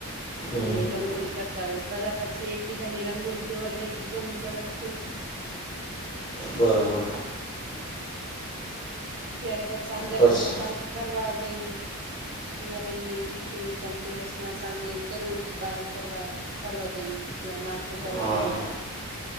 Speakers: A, on the left; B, on the right.
A: હમ
B: ને રંગોલી કરતા હોય બધા પછી એક બીજાની રંગોળી જોવા જાય કે કોની સરસ છે
A: બરાબર.
B: ત્યારે પછી સાંજા
A: પછી
B: સાંજે ફરવા જઈ. દિવાળીને દિવસે ધનતેરસ ના સાંજે દરરોજ બારે ફરવાના ફરવા જઈએ નાસ્તો કરવા
A: હા
B: જઈએ બહાર